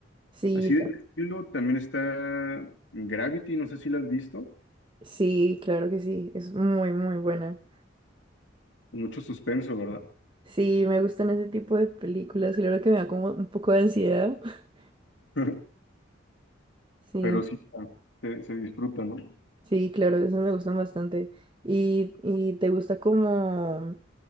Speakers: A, on the right; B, on the left.
A: Sí,
B: Así del estilo también está Gravity, no sé si la has visto.
A: sí, claro que sí. Es muy, muy buena.
B: Mucho suspenso, ¿verdad?
A: Sí, me gustan ese tipo de películas. Claro que me da como un poco de ansiedad. <laughs>
B: <laughs>
A: Sí,
B: Pero sí, se, se disfruta, ¿no?
A: sí, claro, eso me gustan bastante. ¿Y, y te gusta como...